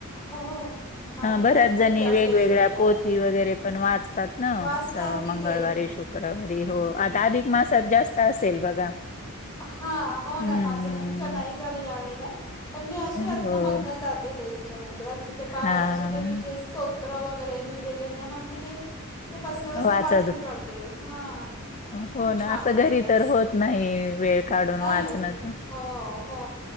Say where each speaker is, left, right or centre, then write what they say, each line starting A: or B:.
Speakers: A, on the left; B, on the left.
A: हो हो माझी
B: बऱ्याच
A: तर खूप
B: जणी
A: जास्त
B: वेगवेगळ्या
A: श्रद्धा
B: पोथी
A: आहे
B: वगैरे पण वाचतात. न
A: वाचतात
B: असं
A: तिथे
B: मंगळवारी, शुक्रवारी हो आता अधिक मासात जास्त असेल बघा.
A: हा हो ना
B: हम्म
A: माझं नेमकं नाही झालं यावेेळेला. पण मी अशी अधन
B: हो
A: मधन जाते देवीच्या मंदिरात तिथे बाहेर
B: हा.
A: असे देवीचे- स्तोत्र वगैरे लिहिलेले आहे ना मग तिथे ते बसल्या बसल्या
B: वाचत
A: वाचून काढते हा खूप
B: हो ना
A: छान
B: असं
A: वाटतं
B: घरी तर
A: असं.
B: होत नाही वेळ काढून
A: नाही
B: वाचणं
A: होत
B: ते.
A: हो हो